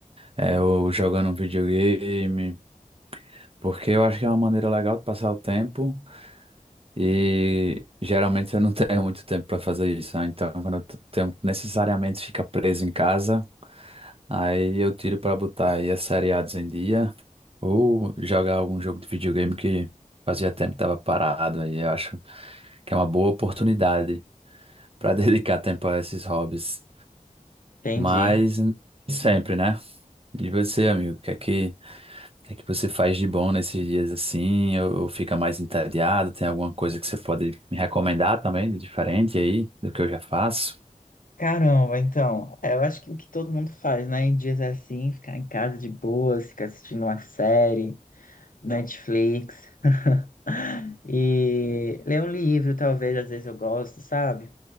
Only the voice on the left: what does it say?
entendi.
Caramba, então, é, eu acho que o que todo mundo faz, né? Em dias assim, ficar em casa de boa, ficar assistindo uma série. Netflix. <laughs> E ler um livro, talvez, às vezes eu gosto, sabe?